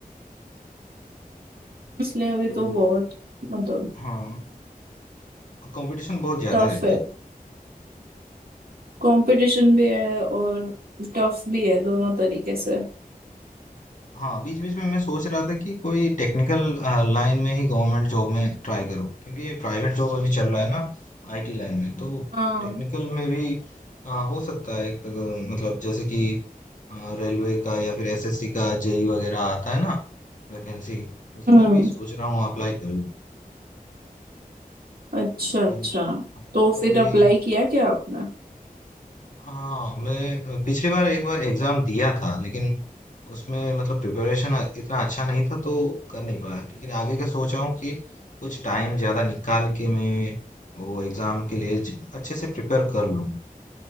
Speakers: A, on the right (about 75°); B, on the left (about 55°).
A: इसलिए अभी
B: तो
A: तो बहुत मतलब
B: हाँ कंपटीशन बहुत ज्यादा
A: टफ
B: रहता
A: है
B: है
A: कंपटीशन भी है और टफ भी है दोनों तरीके से
B: हाँ बीच बीच में मैं सोच रहा था कि कोई टेक्निकल लाइन में ही गवर्नमेंट जॉब में ट्राई करूँ क्योंकि ये प्राइवेट जॉब अभी चल रहा है ना आईटी लाइन में तो
A: हाँ
B: टेक्निकल में भी आ, हो सकता है एक, अ, मतलब जैसे कि रेलवे का या फिर एसएससी का जेई वगैरह आता है ना वैकेंसी उसमें
A: हम्म
B: भी सोच रहा हूँ अप्लाई करूँ
A: अच्छा
B: तो
A: अच्छा
B: इन, हाँ,
A: तो
B: तो
A: फिर
B: ये
A: अप्लाई किया क्या आपने
B: हाँ मैं अ, पिछली बार एक बार एग्जाम दिया था लेकिन उसमें मतलब प्रिपरेशन इतना अच्छा नहीं था तो कर नहीं पाया लेकिन आगे का सोच रहा हूँ कि कुछ टाइम ज्यादा निकाल के मैं वो एग्जाम के लिए ज- अच्छे से प्रिपेयर कर लूँ